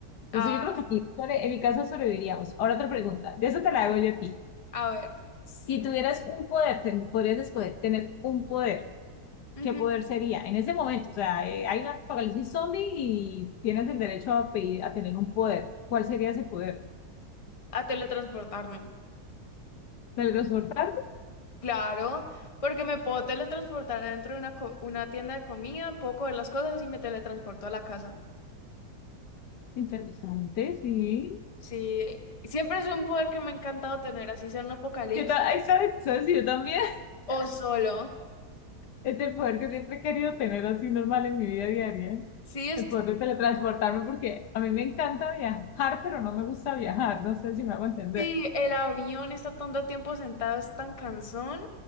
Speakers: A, on the left; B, on the left.
A: entonces
B: Ah,
A: yo creo que aquí, sobre- en mi caso sobreviviríamos. Ahora otra pregunta, de eso te la hago yo a ti.
B: a ver,
A: Si tuvieras un poder, ten- podrías escoger tener un poder,
B: ujú,
A: ¿qué poder sería? En ese momento, o sea, eh, hay una apocalipsis zombie y tienes el derecho a pedir, a tener un poder. ¿Cuál sería ese poder?
B: a teletransportarme.
A: ¿Teletransportarte?
B: Claro, porque me puedo teletransportar dentro de una, co- una tienda de comida, puedo coger las cosas y me teletransporto a la casa.
A: Interesante, sí.
B: Sí, siempre es un poder que me ha encantado tener, así sea en un apocalipsis
A: Yo ta- ay, ¿sabes? ¿Sabes? Yo también.
B: o
A: <laughs>
B: solo.
A: Es el poder que siempre he querido tener así normal en mi vida diaria.
B: Sí, es
A: el
B: que
A: poder de teletransportarme porque a mí me encanta viajar, pero no me gusta viajar, no sé si me hago entender.
B: sí, el avión estar tanto tiempo sentado es tan cansón.